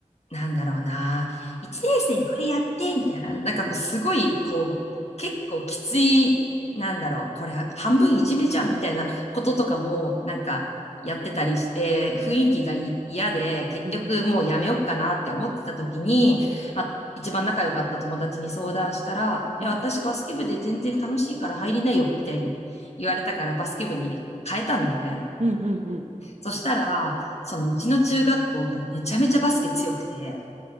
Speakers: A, on the left; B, on the right.
A: なんだろうな、1年生これやって、みたいな、なんかもうすごい、こう、結構きつい、なんだろう、これ半分いじめじゃん、
B: えー
A: みたいなこととかも、なんか、やってたりして、雰囲気がい嫌で、結局もうやめよっかなって思ってた時に、
B: うんうんうんうん
A: まあ、一番仲良かった友達に相談したら、
B: うん
A: いや、私バスケ部で全然楽しいから入りなよ、みたいに言われたからバスケ部に変えたのね。
B: うんうんうん。
A: そしたら、そのうちの中学校がめちゃめちゃバスケ強くて、